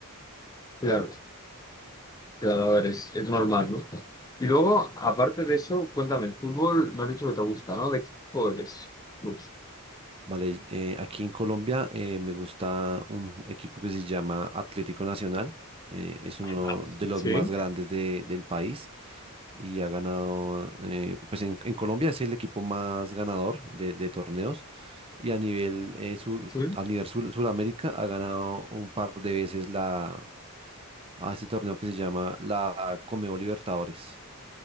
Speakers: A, on the left (about 15°); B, on the right (about 25°).
A: claro, claro, a ver, es, es normal, ¿no? Y luego, aparte de eso, cuéntame, el fútbol me has dicho que te gusta, ¿no? ¿De qué equipo eres? Pues,
B: Vale, eh, aquí en Colombia eh, me gusta un equipo que se llama Atlético Nacional. eh, es uno
A: Ah,
B: de los
A: Sí,
B: más grandes de- del país y ha ganado, eh, pues en, en Colombia es el equipo más ganador de de torneos y a nivel, eh, sur-
A: sí.
B: a nivel sur- Suramérica ha ganado un par de veces la, a este torneo que se llama la Conmebol Libertadores.